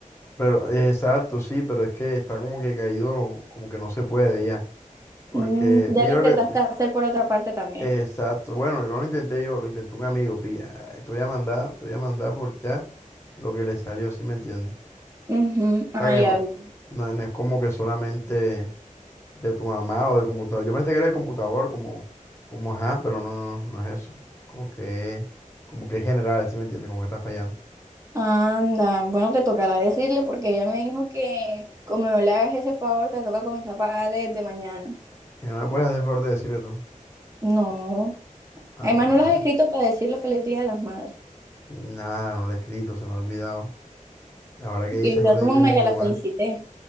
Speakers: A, on the left; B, on the right.
A: Pero, eh, exacto, sí, pero es que está como que caído, como que no se puede ya. Porque,
B: Mm,
A: mira
B: ya lo intentaste
A: lo que.
B: hacer por otra parte también.
A: Exacto. Bueno, no lo intenté yo, lo intentó un amigo, pilla. Te voy a mandar, te voy a mandar por chat lo que le salió, si me entiendes.
B: Ujú, Ah,
A: O sea que
B: ya
A: no,
B: vi.
A: no, no es como que solamente de tu mamá o del computador. Yo pensé que era el computador, como, como ajá, pero no, no no es eso. Como que, como que es general, si me entiendes, como que está fallando.
B: Anda, bueno, te tocará decirle porque ella me dijo que como no le hagas ese favor, te toca comenzar a pagarle desde mañana.
A: Y no me puedes hacer el favor de decirle tú.
B: No,
A: Ah,
B: además
A: bueno,
B: no las
A: vale.
B: has escrito para decirle feliz Día de las Madres.
A: Nada, no le he escrito, se me ha olvidado. Ahora que dice,
B: Que ya
A: no le
B: tu
A: he dicho
B: mamá
A: ni a mi
B: ya
A: mamá.
B: la felicité.